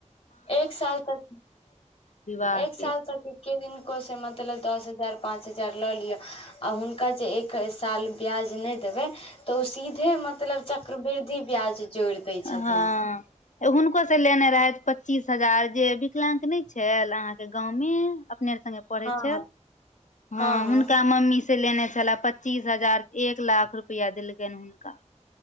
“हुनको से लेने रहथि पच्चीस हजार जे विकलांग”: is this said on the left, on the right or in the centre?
Left